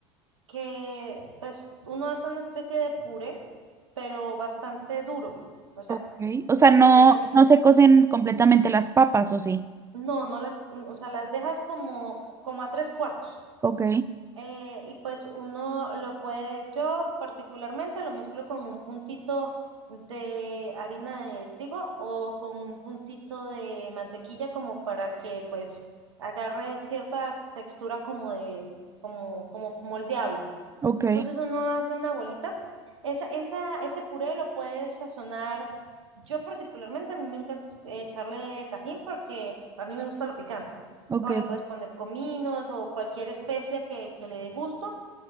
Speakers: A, on the right (about 80°); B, on the right (about 20°).
A: que pues uno hace una especie de puré, pero bastante duro. O sea,
B: ok. O sea, no,
A: eh,
B: no se cocen completamente las papas, ¿o sí?
A: no, no las, o sea, las dejas como, como a tres cuartos.
B: Ok,
A: eh, y pues uno lo puede, yo particularmente lo mezclo con un puntito de harina de trigo o con un puntito de mantequilla como para que pues agarre cierta textura como de, como, como moldeable.
B: ok,
A: Entonces uno hace una bolita. Esa, esa, ese puré lo puedes sazonar. Yo particularmente, a mí me encanta es- echarle tajín porque a mí me gusta lo picante.
B: ok.
A: O le puedes poner cominos o cualquier especia que, que le dé gusto.